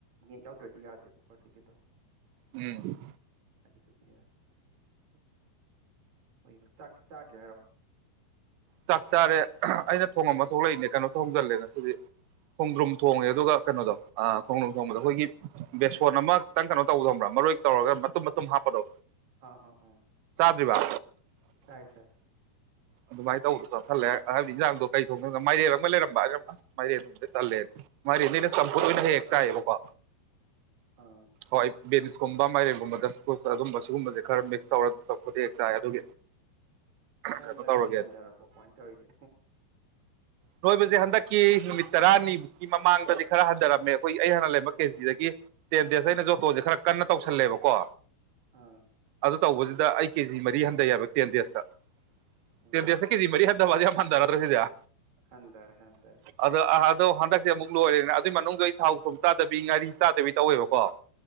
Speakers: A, on the right (about 40°); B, on the right (about 85°).
A: ꯌꯦꯟ ꯌꯥꯎꯗ꯭ꯔꯗꯤ ꯌꯥꯗꯦꯕꯀꯣ ꯁꯤꯀꯤꯗꯣ
B: ꯎꯝ
A: ꯑꯗꯨꯗꯨꯒꯤꯅꯤꯗ ꯍꯣꯏ ꯆꯥꯛꯇꯤ ꯆꯥꯗ꯭ꯔꯦ ꯍꯥꯏꯔꯣ
B: ꯆꯥꯛ ꯆꯥꯔꯦ ꯑꯩꯅ ꯊꯣꯡꯉꯝꯕ ꯊꯣꯛꯂꯛꯏꯅꯦ ꯀꯩꯅꯣ ꯊꯣꯡꯖꯤꯜꯂꯦ ꯉꯁꯤꯗꯤ ꯈꯣꯡꯗ꯭ꯔꯨꯝ ꯊꯣꯡꯉꯦ ꯑꯗꯨꯒ ꯀꯩꯅꯣꯗꯣ ꯈꯣꯡꯗ꯭ꯔꯨꯝ ꯊꯣꯡꯕꯗꯣ ꯑꯩꯈꯣꯏꯒꯤ ꯕꯦꯁꯣꯟ ꯑꯃ ꯈꯤꯇꯪ ꯀꯩꯅꯣ ꯇꯧꯒꯗꯕ꯭ꯔꯥ ꯃꯔꯣꯏ ꯇꯧꯔꯒ ꯃꯇꯨꯝ ꯃꯇꯨꯝ ꯍꯥꯞꯄꯗꯣ
A: ꯑꯥ ꯑꯥ ꯑ
B: ꯆꯥꯗ꯭ꯚ
A: ꯆꯥꯏ ꯆꯥꯏ
B: ꯑꯗꯨꯃꯥꯏꯅ ꯇꯧꯕꯗꯣ ꯆꯠꯁꯜꯂꯦ ꯍꯥꯏꯕꯗꯤ ꯌꯦꯟꯖꯥꯡꯗꯣ ꯀꯩ ꯊꯣꯡꯗꯒ ꯃꯥꯏꯔꯦꯜ ꯑꯃꯒ ꯂꯩꯔꯝꯕ ꯑꯝ ꯑꯁ ꯃꯥꯏꯔꯦꯟꯗꯣꯝꯗ ꯇꯜꯂꯦ ꯃꯥꯏꯔꯦꯟꯗꯩꯅ ꯆꯝꯐꯨꯠ ꯑꯣꯏꯅ ꯍꯦꯛ ꯆꯥꯏꯑꯌꯦꯕꯀꯣ
A: ꯑꯥ
B: ꯍꯣꯏ ꯕꯦꯅꯤꯁꯀꯨꯝꯕ ꯃꯥꯏꯔꯦꯟꯒꯨꯝꯕꯗ ꯁꯄꯣꯔ ꯑꯗꯨꯝꯕ ꯁꯤꯒꯨꯝꯕꯁꯦ ꯈꯔ ꯃꯤꯛꯁ ꯇꯧꯔꯒ ꯆꯄꯗ ꯍꯦꯛ ꯆꯥꯏ ꯑꯗꯨꯒꯤ
A: ꯈꯔꯅꯨꯡꯣꯏ
B: ꯀꯩꯅꯣ ꯇꯧꯔꯒꯦ
A: ꯗꯤ ꯍꯟꯊꯔꯕꯣ ꯀꯃꯥꯏꯅ ꯇꯧꯔꯤꯒꯦ
B: ꯅꯣꯏꯕꯁꯦ ꯍꯟꯗꯛꯀꯤ ꯅꯨꯃꯤꯠ ꯇꯔꯥꯅꯤꯃꯛꯒꯤ ꯃꯃꯥꯡꯗꯗꯤ ꯈꯔ ꯍꯟꯊꯔꯝꯃꯦ ꯑꯩꯈꯣꯏ ꯑꯩ ꯍꯥꯟꯅ ꯂꯩꯔꯝꯕ ꯀꯦꯖꯤꯗꯒꯤ ꯇꯦꯟ ꯗꯦꯖ ꯑꯩꯅ ꯖꯣꯇꯣꯁꯦ ꯈꯔ ꯀꯟꯅ ꯇꯧꯁꯜꯂꯦꯕꯀꯣ
A: ꯑꯥ
B: ꯑꯗꯨ ꯇꯧꯕꯁꯤꯗ ꯑꯩ ꯀꯦꯖꯤ ꯃꯔꯤ ꯍꯟꯊꯩꯦꯕ ꯇꯦꯟ ꯗꯦꯖꯇ
A: ꯎꯝ
B: ꯇꯦꯟꯗꯁꯦ ꯀꯤꯖꯤ ꯃꯔꯤ ꯍꯗ ꯋꯥ ꯃꯟꯗ ꯅ ꯑꯗꯨꯁꯤꯗꯌꯥ
A: ꯍꯟꯊꯔꯦ ꯍꯟꯊꯔꯦ
B: ꯑꯗ ꯑꯗꯣ ꯍꯗꯛ ꯁꯤꯦ ꯑꯃꯨꯛ ꯂꯣꯏꯔꯦꯅ ꯑꯗꯨꯏ ꯃꯅꯨꯡꯗ ꯑꯩ ꯊꯥꯎ ꯊꯨꯝ ꯆꯥꯗꯕꯤ ꯉꯥꯔꯤ ꯆꯥꯗꯕꯤ ꯇꯧꯋꯦꯕꯀꯣ